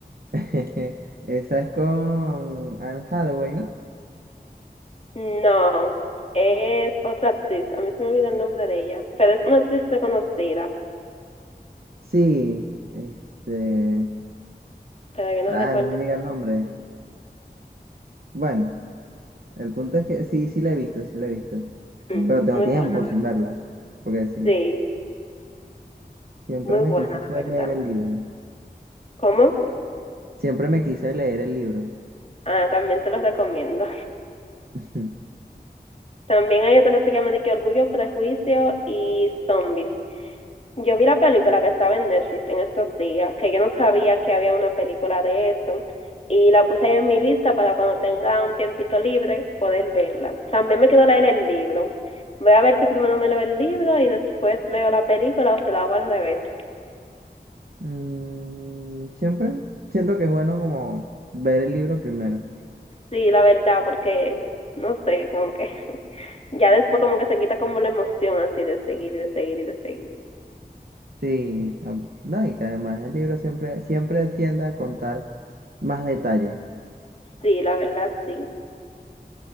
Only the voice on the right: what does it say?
<laughs> Esa es con Anne Hathaway, ¿no?
Sí, este...
Ah,
no me llega
el nombre. Bueno, el punto es que sí, sí la he visto, sí la he visto.
Pero Mm. tengo
tiempo
sin
verla. Porque sí,
siempre
me
quise fue
leer
el libro.
Siempre me quise leer el libro.
<laughs>
Mm, siempre siento que es bueno como ver el libro primero.
Sí, am- no, y que además el libro siempre, siempre tiende a contar más detalles.